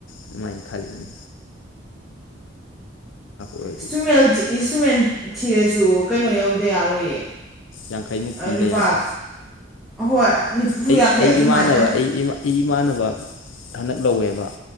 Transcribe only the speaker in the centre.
ꯏꯁꯇꯨꯃꯦꯜꯖꯤꯒꯤ ꯏꯟꯇ꯭ꯔꯨꯃꯦꯟ ꯊꯤꯔꯁꯨ ꯀꯩꯅꯣ ꯌꯧꯗ ꯌꯥꯔꯣꯏꯌꯦ
ꯂꯨꯄꯥ
ꯍꯣꯏ ꯅꯤꯐꯨ
ꯌꯥꯡꯈꯩ
ꯑꯗꯨꯃꯥꯏꯅ